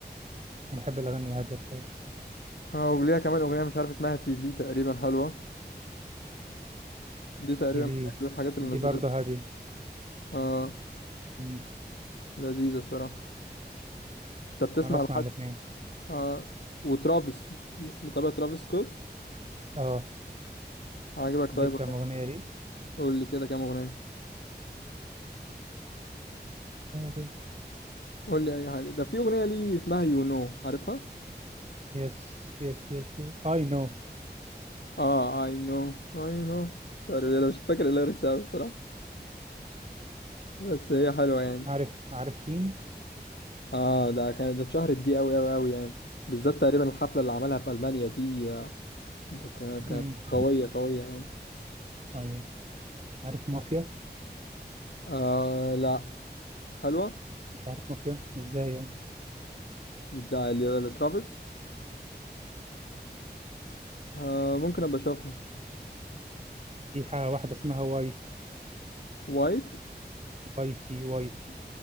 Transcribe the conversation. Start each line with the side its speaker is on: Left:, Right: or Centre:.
Right: انا بحب الاغاني الهاديه بتاعت
Left: اه وليها كمان اغنية مش عارف اسمها تي في تقريبا حلوة دي تقريبا
Right: تي في
Left: من اجل الحاجات اللي
Right: دي
Left: نزلتها
Right: برضه هاديه
Left: اه
Right: مم.
Left: لذيذة الصراحة انت بتسمع
Right: انا بسمع
Left: لحد
Right: الاثنين
Left: اه وترافيس متابع ترافيس سكوت
Right: اه
Left: عجبك طيب
Right: دي
Left: ولا
Right: كام
Left: إيه؟
Right: اغنيه
Left: قول لي كده كام اغنية
Right: دي
Left: قول لي اي حاجة ده في اغنية ليه اسمها يو نو عارفها
Right: يس يس يس اي نو
Left: اه اي نو اي نو انا مش فاكر الليركس قوي الصراحه بس هي حلوه يعني
Right: عارف عارف فين
Left: اه ده كانت ده اتشهرت دي قوي قوي قوي يعني بالذات تقريبا الحفله اللي عملها في المانيا دي آه، ده كا- كانت
Right: امم
Left: قويه قويه يعني
Right: اي عارف مافيا
Left: آه لا حلوه
Right: مش عارف مافيا ازاي يعني
Left: ده ل- لترافيس آه ممكن ابقى اشوفها
Right: في حاجه واحده اسمها واي تي
Left: وايت
Right: واي تي واي تي